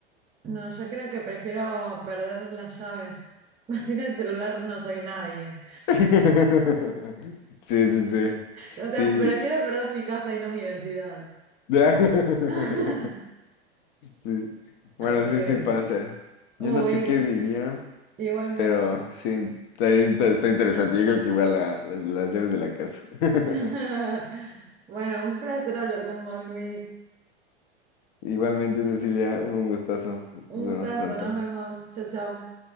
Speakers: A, on the right; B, on the left.
A: no, yo creo que prefiero perder las llaves. <laughs> Sin el celular no soy nadie.
B: <laughs> Sí, sí, sí.
A: O
B: Sí.
A: sea, prefiero perder mi casa y no mi identidad.
B: <laughs>
A: <laughs>
B: Sí. Bueno,
A: Así
B: sí,
A: que,
B: sí pasa. Yo
A: uy,
B: no sé
A: igu-
B: qué diría,
A: igualmente.
B: pero sí, está, in- está interesante. Yo creo que igual la- la- las llaves de la casa. <laughs>
A: <laughs> Bueno, un placer hablar con vos, Luis.
B: Igualmente, Cecilia, hubo un gustazo.
A: Un
B: Nos
A: gustazo,
B: vemos pronto.
A: nos vemos. Chao, chao.